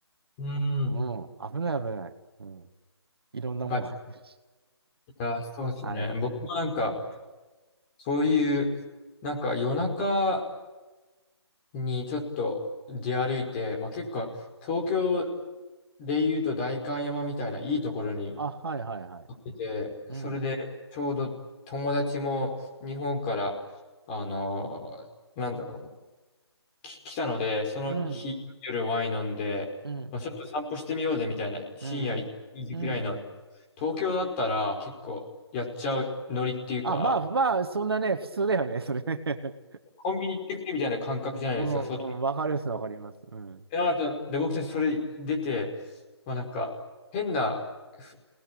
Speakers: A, on the left; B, on the right.
A: うん。
B: うん、危ない危ない。うん。いろんなもん入ってるし。
A: バチェラー、そうですね。
B: はい。
A: 僕もなんか、そういう、なんか夜中にちょっと出歩いて、まあ結構、東京で言うと代官山みたいないいところに
B: あ、はいはいはい。
A: ってて、
B: うん。
A: それでちょうど友達も日本から、あのなんだろう、き来たので、その日夜ワイン飲んで、
B: うん。うん。
A: まあ、ちょっと散歩してみようぜみたいな、深夜1時くらいの、
B: うん。うん。
A: 東京だったら結構やっちゃうノリっていうか、
B: あ、まあまあ、そんなね、普通だよね、それね。
A: コンビニ行ってくれみたいな感覚じゃないですか。
B: <laughs> うん、
A: そう。
B: うん、わかります、わかります。うん。
A: で、なので僕たちそれ出て、まあなんか、変な、ふ